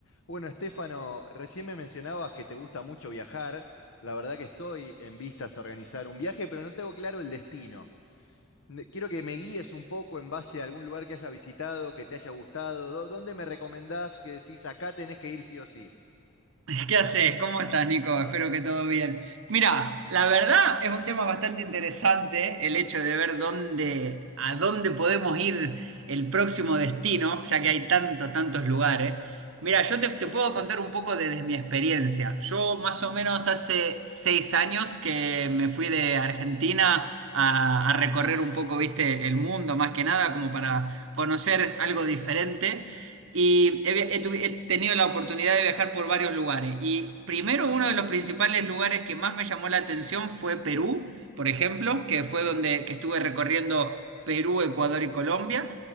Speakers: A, on the left (about 60°); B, on the right (about 60°).
A: Bueno, Estefano, recién me mencionabas que te gusta mucho viajar. La verdad que estoy en vistas a organizar un viaje, pero no tengo claro el destino. Ne- Quiero que me guíes un poco en base a algún lugar que haya visitado, que te haya gustado. ¿Dó- ¿Dónde me recomendás que decís acá tenés que ir sí o sí?
B: <laughs> ¿Qué haces? ¿Cómo estás, Nico? Espero que todo bien. Mira, la verdad es un tema bastante interesante el hecho de ver dónde, a dónde podemos ir el próximo destino, ya que hay tantos, tantos lugares. Mira, yo te, te puedo contar un poco desde mi experiencia. Yo más o menos hace seis años que me fui de Argentina a, a recorrer un poco, viste, el mundo, más que nada, como para conocer algo diferente. Y he, via- he tuvi- he tenido la oportunidad de viajar por varios lugares. Y primero, uno de los principales lugares que más me llamó la atención fue Perú, por ejemplo, que fue donde que estuve recorriendo Perú, Ecuador y Colombia,